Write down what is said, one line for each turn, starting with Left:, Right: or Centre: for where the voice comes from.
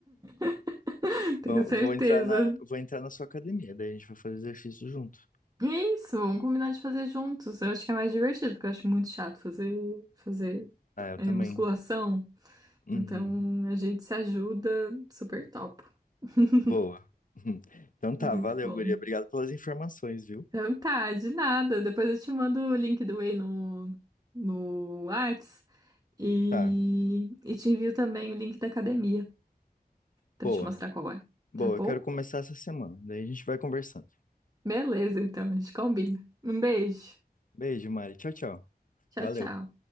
Right: <laughs> Tenho
Left: Vou,
Right: certeza.
Left: vou entrar na, vou entrar na sua academia, daí a gente vai fazer exercício junto.
Right: E é isso, vamos combinar de fazer juntos. Eu acho que é mais divertido, porque eu acho muito chato fazer, fazer
Left: Ah, eu
Right: é,
Left: também.
Right: musculação.
Left: Uhum.
Right: Então a gente se ajuda, super top. <laughs>
Left: Boa. Uhum. Então tá,
Right: Muito
Left: valeu,
Right: bom.
Left: guria. Obrigado pelas informações, viu?
Right: Então tá, de nada. Depois eu te mando o link do Whey no, no Whats e,
Left: Tá,
Right: e te envio também o link da academia. pra
Left: boa.
Right: te mostrar qual é,
Left: Boa,
Right: tá bom?
Left: eu quero começar essa semana. Daí a gente vai conversando.
Right: Beleza, então, a gente combina. Um beijo.
Left: Beijo, Mari. Tchau, tchau.
Right: Tchau,
Left: Valeu.
Right: tchau.